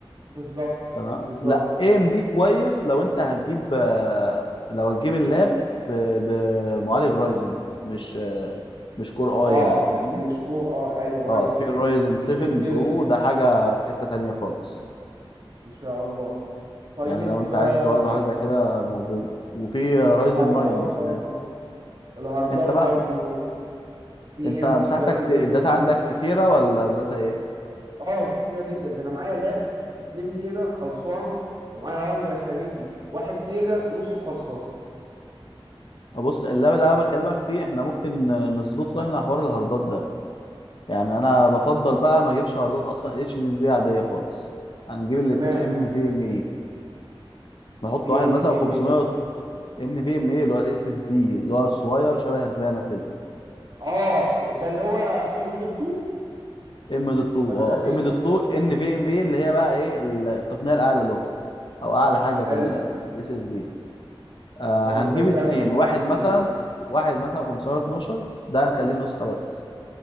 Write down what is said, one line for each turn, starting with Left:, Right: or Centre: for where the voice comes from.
Right: بالظبط
Left: تمام
Right: بالظبط
Left: لا اي ام دي كويس لو انت هتجيب آه، لو هتجيب اللاب ب- بمعالج رايزن مش آه، مش كور
Right: اه
Left: اي يعني فاهمني
Right: مش كور اه ايوه رايزن
Left: اه في الرايزن 7
Right: مش انتل
Left: برو ده حاجه في حته تانية خالص
Right: ان شاء الله طيب
Left: يعني لو انت
Right: آه
Left: عايز برضه حاجه زي كده موجود وفي رايزن
Right: الهاردات
Left: 9 ده كمان
Right: برضو الهاردات
Left: انت بقى
Right: برضو في
Left: انت
Right: ام
Left: مساحتك
Right: دلوقتي
Left: ت- الداتا
Right: ام دوت
Left: عندك
Right: 2
Left: كتيره ولا الداتا ايه
Right: اه كتير جدا ده انا معايا لاب 2 تيرا خلصان ومعايا هارد خارجي 1 تيرا نصه خلصان
Left: بص اللاب اللي انا بكلمك فيه احنا ممكن نظبط له احنا حوار الهاردات ده يعني انا بفضل بقى ما اجيبش عرضات اصلا اتش دي دي عاديه خالص هنجيب الاتنين
Right: تمام
Left: ان في ام اي نحط
Right: ايه
Left: واحد
Right: ان
Left: مثلا
Right: في
Left: 500
Right: ام اي ده
Left: ان في ام اي اللي هو الاس اس دي اللي هو الصغير شبه الرامه كده
Right: اه ده اللي هو ام دوت 2
Left: ام دوت 2
Right: ولا
Left: اه
Right: ده غيره
Left: ام دوت 2 ان في ام اي اللي هي بقى ايه ال- التقنيه الاعلى له او اعلى حاجه
Right: حلو
Left: في الاس اس دي آه
Right: طيب
Left: هنجيب
Right: ده سعره
Left: اتنين
Right: بيكون
Left: واحد
Right: عامل
Left: مثلا
Right: ايه
Left: واحد مثلا 512 ده هنخليه نسخه بس